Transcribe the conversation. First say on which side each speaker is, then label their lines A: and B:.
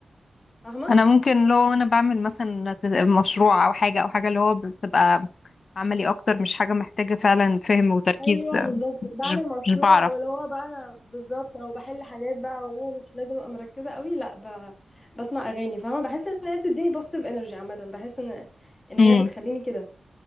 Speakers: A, on the left; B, on the left.
A: فاهمة؟
B: انا ممكن لو انا بعمل مثلا مشروع او حاجة او حاجة اللي هو بتبقى عملي اكتر مش حاجة محتاجة فعلا فهم وتركيز
A: ايوه بالظبط بعمل
B: مش
A: مشروع
B: مش بعرف
A: او اللي هو بقى انا بالظبط او بحل حاجات بقى والله مش لازم ابقى مركزه قوي لا ب... بسمع اغاني فاهمه بحس ان هي بتديني بوزيتيف انرجي عامه بحس ان ان
B: امم
A: هي بتخليني كده